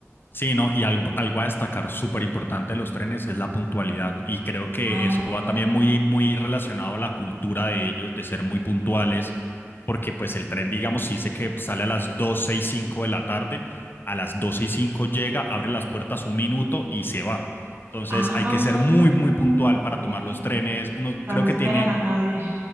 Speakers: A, on the left (about 45°); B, on the right (about 50°).
A: Sí, no, y algo, algo a destacar súper importante de los trenes es la puntualidad y creo que
B: Ah,
A: eso va también muy, muy relacionado a la cultura de ellos de ser muy puntuales, porque pues el tren, digamos, si dice que sale a las 12 y 5 de la tarde, a las 12 y 5 llega, abre las puertas un minuto y se va. Entonces
B: ah,
A: hay que ser muy, muy puntual
B: ok.
A: para
B: O
A: tomar los trenes. Uno creo
B: sea, no
A: que
B: esperan
A: tiene
B: a nadie.